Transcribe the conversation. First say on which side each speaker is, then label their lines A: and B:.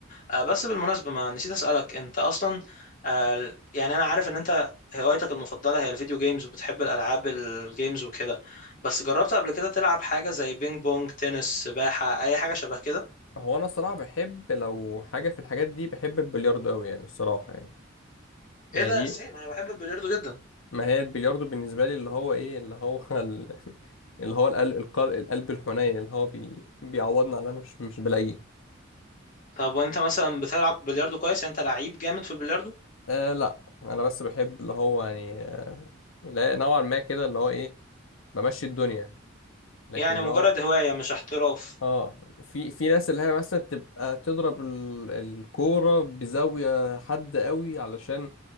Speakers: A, on the left; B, on the left.
A: آه، بس بالمناسبه ما نسيت اسالك انت اصلا آه، يعني انا عارف ان انت هوايتك المفضله هي الفيديو جيمز وبتحب الالعاب الجيمز وكده بس جربت قبل كده تلعب حاجه زي بينج بونج تنس سباحه اي حاجه شبه كده
B: هو أنا الصراحة بحب لو حاجة في الحاجات دي بحب البلياردو أوي يعني الصراحة يعني يعني
A: ايه ده سيم انا بحب البلياردو جدا
B: ما هي البلياردو بالنسبة لي اللي هو ايه اللي هو ال... <laughs> اللي هو القلب القلب, القلب الحنين اللي هو بي... بيعوضني على اللي انا مش مش بلاقيه
A: طب وانت مثلا بتلعب بلياردو كويس يعني انت لعيب جامد في البلياردو
B: آه لا انا بس بحب اللي هو يعني آه لا نوعا ما كده اللي هو ايه بمشي الدنيا لكن
A: يعني
B: لو
A: مجرد هواية مش احتراف
B: اه في في ناس اللي هي مثلا تبقى تضرب ال... الكورة بزاوية حد قوي علشان